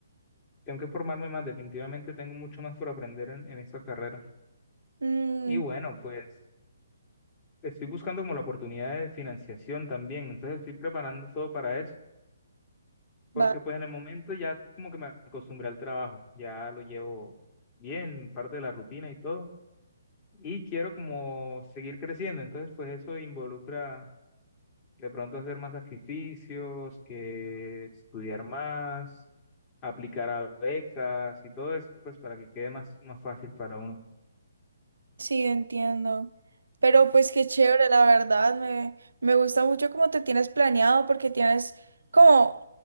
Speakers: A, on the left; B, on the right.
A: tengo que formarme más, definitivamente tengo mucho más por aprender en, en esta carrera.
B: Mm,
A: Y bueno, pues estoy buscando como la oportunidad de financiación también, entonces estoy preparando todo para eso. Porque
B: va.
A: pues en el momento ya como que me acostumbré al trabajo, ya lo llevo bien, parte de la rutina y todo, y quiero como seguir creciendo, entonces pues eso involucra de pronto hacer más sacrificios, que estudiar más, aplicar a becas y todo eso, pues para que quede más, más fácil para uno.
B: Sí, entiendo. Pero pues qué chévere, la verdad. Me, me gusta mucho cómo te tienes planeado porque tienes como,